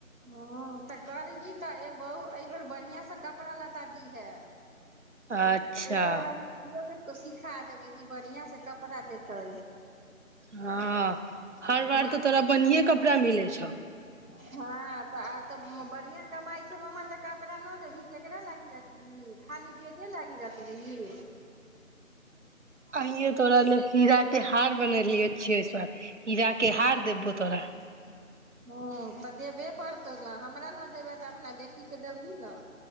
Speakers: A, on the right; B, on the right.
A: ह तऽ करही तऽ ए बहु एहि बेेर बढ़िआँसँ कपड़ा लत्ता दीहे
B: अच्छा
A: ओ तोरा हम खुय सिखा देबै कि बढ़िआं से कपड़ा देतै
B: हँ हर बार
A: मामा
B: तऽ तोरा बढ़े कपड़ा मिले छै छौ
A: हँ तऽ आ तऽ बढ़िआ कमाइ छै मा करा न देबी केकरा लागि रख दी खाली बेटे लागि रखबिहीं
B: अइए तोरा लेल हीरा के हार बनेलिय छियै इस बार हीरााक के हार देबबो तोरा
A: हूँ तऽ देबे पड़तौ ने हमरा ने देबै तऽ अपना बेटीके देबही ने